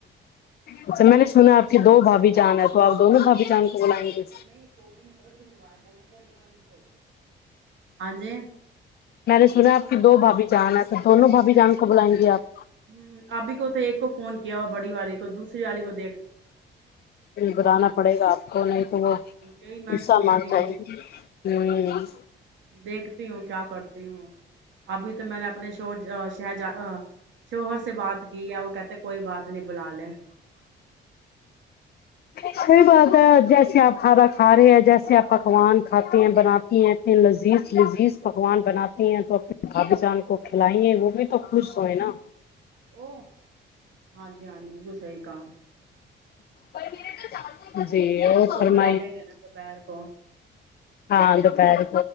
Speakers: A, on the left; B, on the right.
A: اچھا میں نے سنا آپ کی دو بھابھی جان ہے تو آپ دونوں بھابھی جان کو بلائیں گے
B: نہیں کو نے بڑے منوایا کو ہاں جی
A: میں نے سنا آپ کی دو بھابھی جان ایسا دونوں بھابھی جان کو بلائیں گے آپ
B: ہ ابھی کو تو ایک کو فون کیا ہوا بڑی والی کو دوسری والی کو تو
A: بتانا پڑے گا آپ کو ہو نہیں تو
B: یہی میں
A: ایسا
B: سوچ
A: م
B: رہی ہوں
A: ہے ہوں
B: دیکھتی ہوں کیا کرتی ہوں ابھی تو میں نے اپنے شر شہجہ شوہر سے بات کی ہے وہ کہتے کوئی بات نہیں بلا لے
A: صحی بات ہے جیسے آپ کھانا کھا رہے ہیں جیسے آپ پکوان کھاتے ہیں بناتی ہیں اپنے لذیذ لذیذ پکوان بناتی ہیں تو اپنے بھابھی جان کو کھلائی ہیں وہ بھی تو خوش ہوئے نا
B: <inaudible> ہاں جی ہاں جی گسئی کا
A: پر میرے تو چ جی اور فرمائی
B: بلا لیں گے نا دوپہر کو
A: ہاں دوپہر